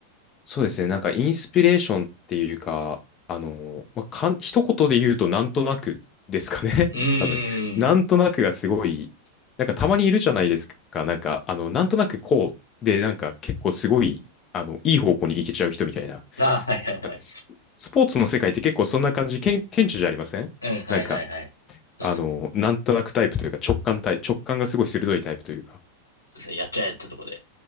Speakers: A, on the left; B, on the left.
A: そうですね。なんかインスピレーションっていうか、あの、まあ、かん、一言で言うとなんとなくですかね。
B: うーん。
A: <laughs> 多分。なんとなくがすごい、なんかたまにいるじゃないですか。なんか、あの、なんとなくこうで、なんか結構すごい、あの、いい方向に行けちゃう人みたいな。
B: あ、はいはいはい。
A: なんかススポーツの世界って結構そんな感じ、けん、顕著じゃありませんなんか、
B: うん、はいはいはい。そうですね。
A: あの、なんとなくタイプというか直感タイ、直感がすごい鋭いタイプというか、
B: そうですね。やっちゃえってとこで、